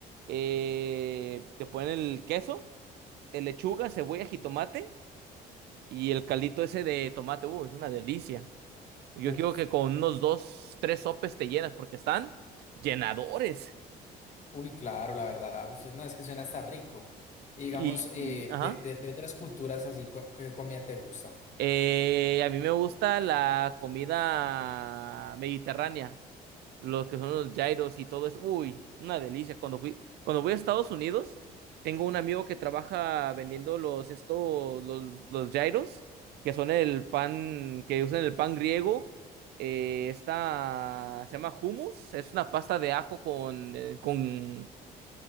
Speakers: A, on the right; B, on the left.
A: eh, le ponen el queso de lechuga, cebolla, jitomate y el caldito ese de tomate. Uy, es una delicia. Yo
B: uf,
A: creo que con unos dos, tres sopes te llenas porque están llenadores.
B: uy, claro, la verdad. Uf, no, es que suena hasta rico. Y digamos,
A: Y,
B: eh,
A: ajá.
B: de, de, de otras culturas así, co- ¿qué comida te gusta?
A: Eh, a mí me gusta la comida mediterránea. los que son los gyros y todo eso. Uy, una delicia. Cuando fui, cuando voy a Estados Unidos, tengo un amigo que trabaja vendiendo los estos, los, los gyros, que son el pan, que usan el pan griego. Eh, esta se llama hummus, es una pasta de ajo con, eh, con,